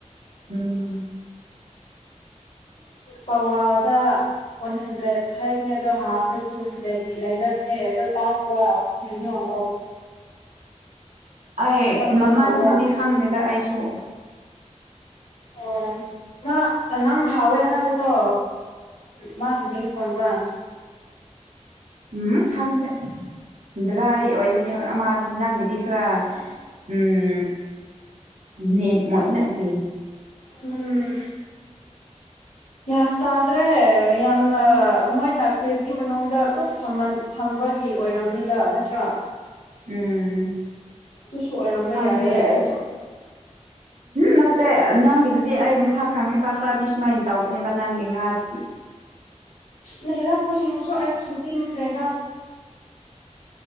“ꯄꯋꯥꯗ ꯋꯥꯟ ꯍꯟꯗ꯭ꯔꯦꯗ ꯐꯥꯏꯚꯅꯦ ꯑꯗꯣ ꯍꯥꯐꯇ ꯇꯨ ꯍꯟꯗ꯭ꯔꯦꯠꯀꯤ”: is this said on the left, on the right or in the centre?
Left